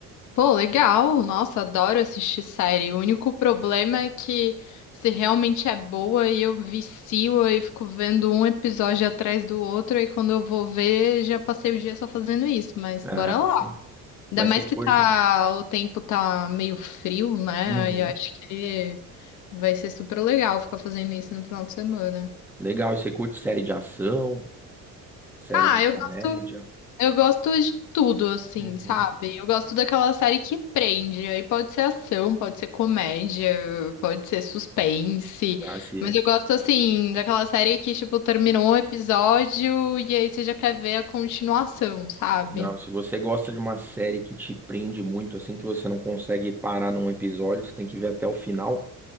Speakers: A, on the left (about 60°); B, in the centre.
A: Pô, legal. Nossa, adoro assistir série. O único problema é que se realmente é boa e eu vicio e fico vendo um episódio atrás do outro e quando eu vou ver, já passei o dia só fazendo isso, mas
B: Ah,
A: bora lá.
B: sim.
A: Ainda
B: Mas
A: mais
B: você curte?
A: que tá o tempo tá meio frio, né?
B: Uhum.
A: Aí Eu acho que vai ser super legal ficar fazendo isso no final de semana.
B: Legal, e você curte série de ação, série
A: Ah,
B: de comédia?
A: eu gosto Eu gosto de tudo, assim,
B: Uhum.
A: sabe? Eu gosto daquela série que prende. Aí pode ser ação, pode ser comédia, pode ser suspense.
B: Ah, se...
A: Mas eu gosto, assim, daquela série que, tipo, terminou um episódio e aí você já quer ver a continuação, sabe?
B: Não, se você gosta de uma série que te prende muito, assim, que você não consegue parar num episódio, você tem que ver até o final.